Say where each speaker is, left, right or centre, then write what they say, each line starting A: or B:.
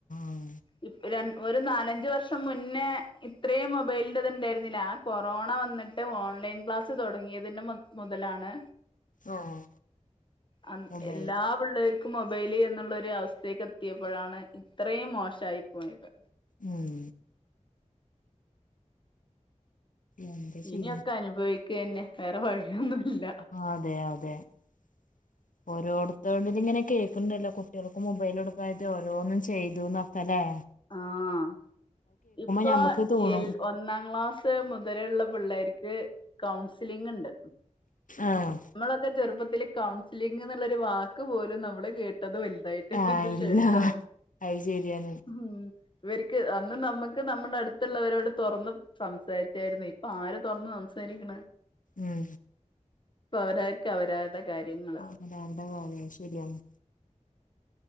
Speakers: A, on the left (about 85°); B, on the left (about 40°).
A: ഉം
B: ഇപ് രൺ ഒരു നാലഞ്ച് വർഷം മുന്നേ ഇത്രയും മൊബൈലിന്റത്ണ്ടായിരുന്നിലാ കൊറോണ വന്നിട്ട് ഓൺലൈൻ ക്ലാസ്സ് തുടങ്ങിയതിന്റെ മു മുതലാണ്
A: ആഹ്
B: അന്ന്
A: മൊബൈൽ
B: എല്ലാ പിള്ളേർക്ക് മൊബൈല് എന്നുള്ള ഒരു അവസ്ഥയേക്ക് എത്തിയപ്പോഴാണ് ഇത്രേം മോശായി പോയത്
A: ഉം എന്ത് ചെയ്യും
B: ഇനിയൊക്കെ അനുഭവിക്കന്നെ വേറെ വഴിയൊന്നുല്ല
A: അതെ അതെ <inaudible> ഓരോട്തേത് ജ് ങ്ങനെ കേക്ണ്ടല്ലോ കുട്ട്യേൾക്ക് മൊബൈലോടുക്കായിട്ട് ഓരോന്നും ചെയ്തുന്നൊക്കല്ലേ
B: ആഹ് ഇപ്പൊ
A: ഞമ്മക്ക് തോണും
B: എൽ ഒന്നാം ക്ലാസ് സ് മുതലുള്ള പിള്ളേർക്ക് കൗൺസിലിംഗ്ണ്ട്
A: ആഹ്
B: മ്മളൊക്കെ ചെറുപ്പത്തിൽ കൗൺസിലിംഗ് എന്നുള്ളരു വാക്ക് പോലും നമ്മള് കേ ട്ടതും വൽതായിട്ട്
A: ആഹ്
B: ഇതിനു
A: ഇല്ല
B: ശേഷാണ്
A: അത് ശരിയാണ്
B: ഉം ഇവര്ക്ക് അന്ന് നമ്മുക്ക് നമ്മുടെ അടുത്തുള്ളവരോട് തൊറന്ന് സംസാരിച്ചായിരുന്നു ഇപ്പൊ ആര് തൊറന്നു സംസാരിക്കണ്
A: ഉം
B: പ്പൊ അവരായിരിക്കും അവരാ ടെ കാര്യങ്ങ
A: അവനാന്റെ കാര്യ ശരിയാണ്